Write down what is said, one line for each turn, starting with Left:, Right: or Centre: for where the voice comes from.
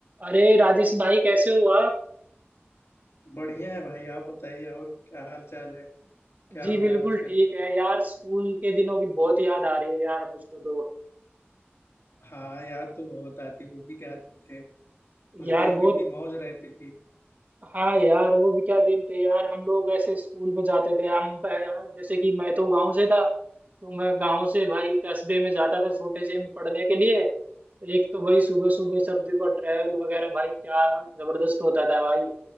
Right: अरे राजेश भाई कैसे हो आप
Left: बढ़िया है भाई आप बताइए और क्या हाल चाल है क्या
Right: जी
Left: हो
Right: बिल्कुल
Left: रहा है आजकल
Right: ठीक है यार स्कूल के दिनों की बहुत याद आ रही है यार मुझको तो
Left: हाँ याद तो बहुत आती वो भी क्या दिन थे उस
Right: यार
Left: टाइम
Right: बहुत
Left: कितनी मौज रहती थी
Right: हाँ यार वो भी क्या दिन थे यार हम लोग ऐसे स्कूल में जाते थे हम यार जैसे कि मैं तो गांव से था तो मैं गांव से भाई कस्बे में जाता था छोटे से में पढ़ने के लिए एक तो भाई सुबह सुबह सर्दी का ट्रैवल वगैरह भाई क्या जबरदस्त होता था भाई